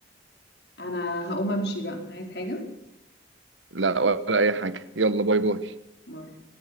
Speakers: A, on the left; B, on the right.
A: انا هقوم امشي بقى عايز حاجة
B: لا ولا اي حاجه يلا باي باي
A: باي